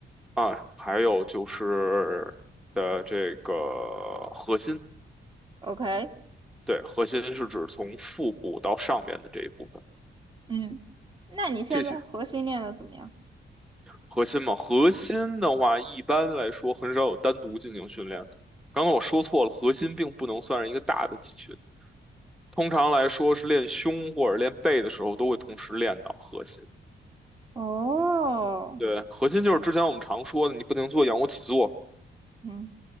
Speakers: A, in the centre; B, on the right (about 25°).
A: 啊，还有就是的这个核心，
B: ，OK，
A: 对，核心是指从腹部到上面的这一部分，
B: 嗯，那你现在核心练的怎么样？
A: 这些核心嘛，核心的话一般来说很少有单独进行训练。刚刚我说错了，核心并不能算是一个大的肌群，通常来说是练胸或者练背的时候都会同时练到核心。
B: 哦，
A: 对，核心就是之前我们常说的，你不停做仰卧起坐，
B: 嗯，